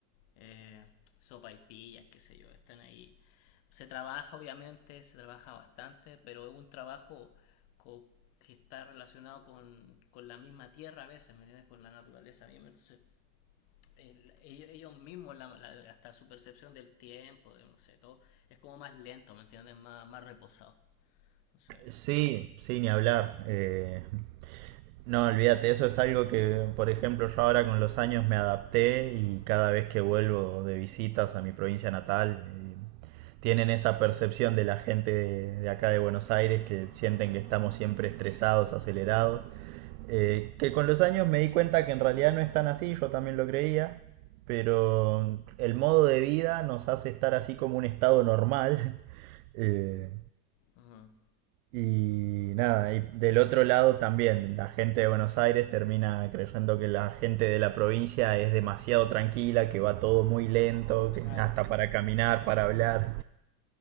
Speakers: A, on the left; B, on the right.
A: eh, sopa y pillas, qué sé yo, están ahí. Se trabaja, obviamente, se trabaja bastante, pero es un trabajo co- que está relacionado con, con la misma tierra a veces, ¿me entiendes? Con la naturaleza misma, entonces el- ellos, ellos mismos, la- la- hasta su percepción del tiempo, de no sé, todo, es como más lento, ¿me entiendes? Más, más reposado. No sé.
B: Sí, sí, ni hablar. Eh, No, olvídate, eso es algo que, por ejemplo, yo ahora con los años me adapté y cada vez que vuelvo de visitas a mi provincia natal, eh, tienen esa percepción de la gente de, de acá de Buenos Aires que sienten que estamos siempre estresados, acelerados. Eh, que con los años me di cuenta que en realidad no es tan así, yo también lo creía, pero el modo de vida nos hace estar así como un estado normal. <laughs> eh,
A: Ujú.
B: y nada, y del otro lado también, la gente de Buenos Aires termina creyendo que la gente de la provincia es demasiado tranquila, que va todo muy lento,
A: Claro,
B: que hasta para caminar, para hablar.